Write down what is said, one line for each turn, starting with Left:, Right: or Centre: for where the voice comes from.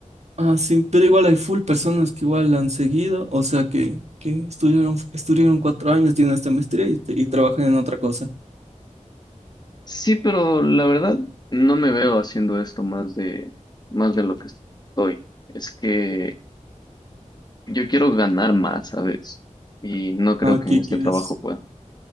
Right: Ah, sí, pero igual hay full personas que igual la han seguido, o sea, que, que estudiaron, estudiaron cuatro años, tienen esta maestría y, y trabajan en otra cosa.
Left: Sí, pero la verdad no me veo haciendo esto más de, más de lo que estoy. Es que yo quiero ganar más, ¿sabes? Y no creo
Right: Ah,
Left: que
Right: ¿qué
Left: en este
Right: quieres?
Left: trabajo pueda.